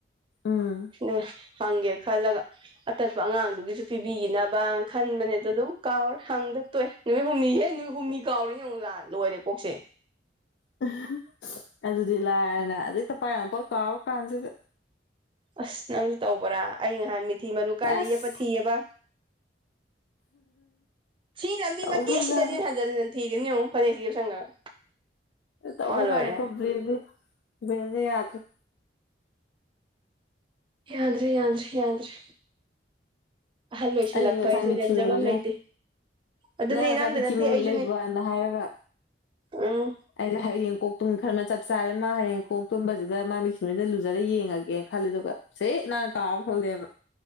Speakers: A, on the left; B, on the right.
A: ꯎꯝ
B: ꯎ ꯍꯪꯦ ꯈꯜꯂꯒ ꯑꯇꯠꯄ ꯑꯉꯥꯡꯗꯨꯒꯤꯁꯨ ꯄꯤꯕꯤꯈꯤꯅꯕꯅ ꯈꯟꯕꯅꯦꯗ ꯑꯗꯨꯝ ꯀꯥꯎꯔꯦ ꯍꯪꯗ ꯇꯣꯛꯑꯦ ꯅꯨꯃꯤꯠ ꯍꯨꯝꯅꯤꯍꯦ ꯅꯨꯃꯤꯠ ꯍꯨꯝꯅꯤ ꯀꯥꯎꯔꯤꯅꯤ ꯌꯦꯉꯨ ꯂꯥꯛ ꯂꯣꯏꯔꯦ ꯀꯣꯛꯁꯦ
A: <unintelligible> ꯑꯗꯨꯗꯤ ꯂꯥꯏꯔꯅ ꯑꯗꯩꯛꯇ ꯄꯥꯏꯔ ꯄꯣꯠ ꯀꯥꯎꯔ ꯀꯥꯟꯁꯤꯗ
B: ꯑꯁ ꯅꯪꯁꯨ ꯇꯧꯕ꯭ꯔꯥ ꯑꯩ ꯉꯍꯥꯟ ꯃꯤꯊꯤ ꯃꯔꯨ ꯀꯥꯏꯗ
A: ꯑꯁ
B: ꯌꯦꯞꯄ ꯊꯤꯌꯦꯕ ꯁꯤ ꯂꯝꯕꯤ
A: ꯇꯧꯈ꯭ꯔꯕꯖꯥꯠꯅꯤ
B: ꯃꯇꯦꯛꯁꯤꯗꯅꯤ ꯍꯟꯖꯟ ꯍꯟꯖꯟ ꯊꯤꯔꯤꯝꯅꯤ ꯌꯣꯡꯎ ꯐꯅꯦꯛꯁꯤ ꯌꯦꯞꯁꯟꯒ꯭ꯔꯒ
A: ꯇꯧꯒꯖꯥꯅꯤꯀꯣ
B: ꯋꯥ ꯂꯣꯏꯔꯦ
A: ꯕ꯭ꯔꯦꯟꯗꯤ ꯕꯦꯟꯗꯤ ꯌꯥꯗ꯭ꯔꯦ
B: ꯌꯥꯗ꯭ꯔꯤ ꯌꯥꯗ꯭ꯔꯤ ꯌꯥꯗ꯭ꯔꯤ ꯑꯍꯜ ꯑꯣꯢꯁꯤꯜ
A: ꯑꯩꯁꯦ
B: ꯂꯛꯄ
A: ꯉꯁꯥꯏ
B: ꯍꯥꯏꯁꯦ
A: ꯃꯤꯊꯤ
B: ꯂꯦꯝꯖꯕꯝ
A: ꯃꯔꯨꯁꯦ
B: ꯂꯩꯇꯦ
A: ꯌꯦꯡꯉꯨ
B: ꯑꯗꯨꯅꯦ
A: ꯅꯪ ꯉꯁꯥꯏ
B: ꯅꯪꯗ
A: ꯃꯤꯊꯤ
B: ꯅꯠꯇꯦ
A: ꯃꯔꯨ
B: ꯑꯩꯁꯨꯅꯦ
A: ꯂꯩꯕꯅ ꯍꯥꯏꯔꯒ
B: ꯎꯝ
A: ꯑꯩꯁꯦ ꯍꯌꯦꯡ ꯀꯣꯛ ꯇꯨꯝ ꯈꯟ ꯑꯃ ꯆꯞ ꯆꯥꯔꯦ ꯃꯥ ꯍꯌꯦꯡ ꯀꯣꯛ ꯇꯨꯝꯕꯁꯤꯗ ꯃꯥ ꯃꯤꯠꯁꯤꯟꯅ ꯂꯨꯖꯔ ꯌꯦꯡꯉꯒꯦ ꯈꯜꯂꯦ ꯑꯗꯨꯒ ꯁꯦꯠ ꯅꯥꯟ ꯀꯥꯎꯊꯣꯔꯛꯑꯦꯕ